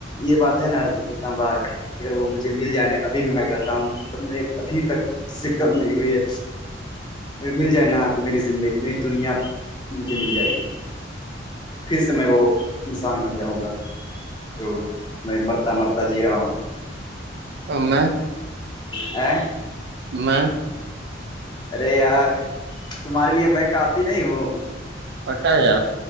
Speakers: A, on the left (about 25°); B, on the right (about 60°).
A: یہ بات ہے نا اسلام آباد کہ اگر وہ مجھے مل جانےا ابھی بھی میں کہتا ہوں محبت میں ابھی تک سے کم نہیں ہوئی ہے ا مل جائے نا تو میری زندگی میری دنیا مجھے مل جائے گی پھر سے میں وہ انسان بن جاؤں گا جو میں مرتا مرتا جی رہا ہوں
B: ا میں
A: آ
B: میں
A: ارے یار تمہارے لیے میں کافی نہیں ہوں
B: پٹا جا